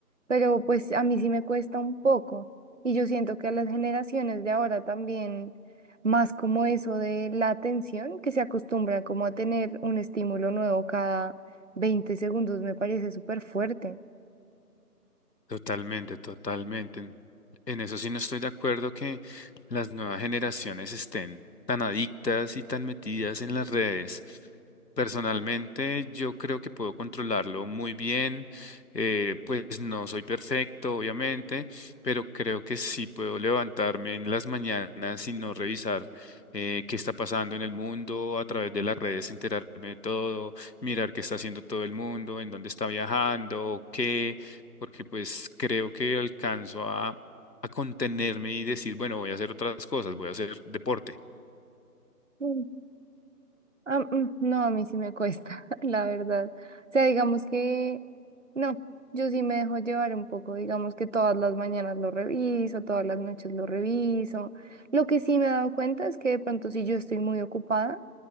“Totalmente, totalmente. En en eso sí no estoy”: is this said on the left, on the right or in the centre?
Left